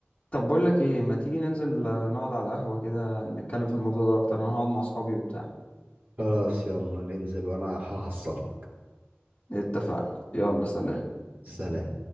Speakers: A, on the left; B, on the right.
A: طب بقول لك ايه ما تيجي ننزل آه، نقعد على قهوة كده نتكلم في الموضوع ده اكتر انا هقعد مع اصحابي وبتاع
B: خلاص يلا ننزل وأنا هحصلك
A: اتفقنا يلا سلام
B: سلام